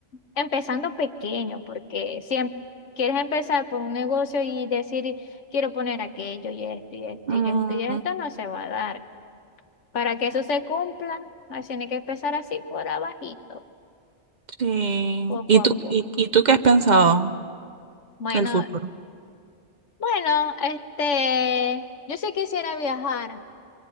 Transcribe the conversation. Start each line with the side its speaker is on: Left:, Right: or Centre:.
Left: Empezando pequeño, porque siempre quieres empezar por un negocio y decir, quiero poner aquello y esto y esto
Right: <laughs>
Left: y esto y esto, no se va a dar. Para que eso se cumpla, así tiene que empezar así por abajito,
Right: Sí.
Left: poco
Right: ¿Y
Left: a
Right: tú,
Left: poco.
Right: y, y tú qué has pensado
Left: Bueno,
Right: del futuro?
Left: bueno, este, yo sí quisiera viajar.